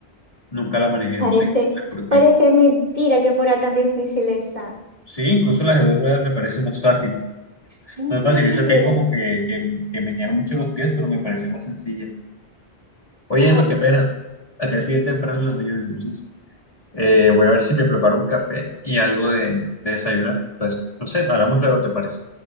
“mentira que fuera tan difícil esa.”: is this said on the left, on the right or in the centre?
Right